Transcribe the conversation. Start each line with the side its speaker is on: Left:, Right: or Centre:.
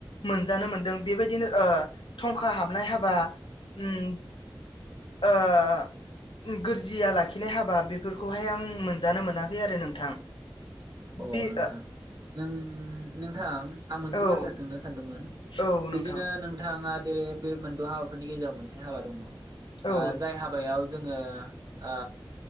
Left: मोनजानो मोनदों बेबायदिनो ओ थंखा हाबनाय हाबा उम ओह गोरजिया लाखिनाय हाबा बेफोरखौहाय आं मोनजानो मोनाखै आरो नोंथां।
Right: अह
Left: बे
Right: नोंथां
Left: ओ
Right: नों नोंथां आं मोनसे
Left: ओं
Right: बाथ्रा सोंनो सानदोंमोन
Left: औ नोंथां
Right: बिदिनो नोंथाङा बे बे मोनद' हाबाफोरनि गेजेराव मोनसे हाबा दङ ओ
Left: औ
Right: जाय हाबायाव जोङो आ